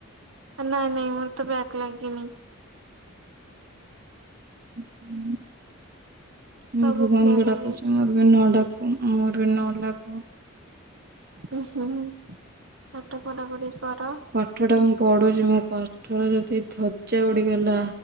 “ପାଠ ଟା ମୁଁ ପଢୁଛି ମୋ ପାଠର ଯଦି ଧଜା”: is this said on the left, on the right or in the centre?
Right